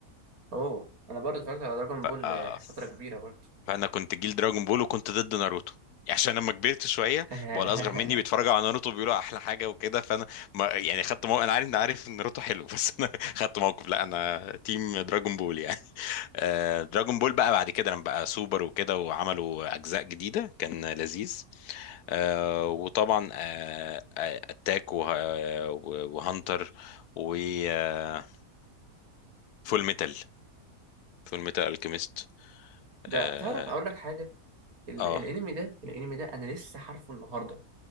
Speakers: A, on the right (about 70°); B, on the left (about 85°).
A: اوه انا برضو اتفرجت على دراجون
B: بقى
A: بول آه، فترة كبيرة برضو
B: فانا كنت جيل دراجون بول وكنت ضد ناروتو يعني عشان لما كبرت شويه
A: <laughs>
B: بقى الاصغر مني بيتفرجوا على ناروتو بيقولوا احلى حاجه وكده فانا ما يعني خدت موقف انا عارف ان عارف ان ناروتو حلو <laughs> بس انا خدت موقف لا انا تيم دراجون بول يعني <laughs> آه، دراجون بول بقى بعد كده لما بقى سوبر وكده وعملوا اجزاء جديده كان لذيذ آه، وطبعا آه، آه، اتاك وه- وهانتر وفول ميتال فول ميتال الكيميست
A: ده
B: اه
A: تعرف اقول لك حاجة ال-
B: آه.
A: الانمي ده الانمي ده انا لسه عارفه النهاردة